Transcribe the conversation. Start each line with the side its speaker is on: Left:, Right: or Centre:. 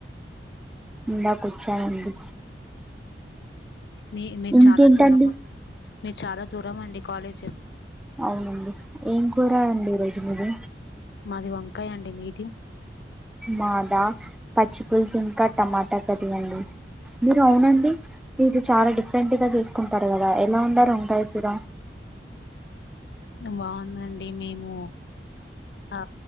Centre: ఇందకోచ్చానండి
Left: మీ మీరు
Centre: ఇంకేంటండి
Left: చాలా దూరం మీరు చాలా దూరమా అండి కాలేజీ
Centre: అవునండి ఏం కూర అండి ఈ రోజు మీది
Left: అది వంకాయ అండి మీది
Centre: మాదా పచ్చిపుులుసు ఇంకా టమాటా కర్రీ అండి మీరు అవునండి ఇది చాలా డిఫరెంట్గా చేసుకుంటారు కదా ఎలా వండారు వంకాయకూర
Left: బాగుందండి మేము ఆ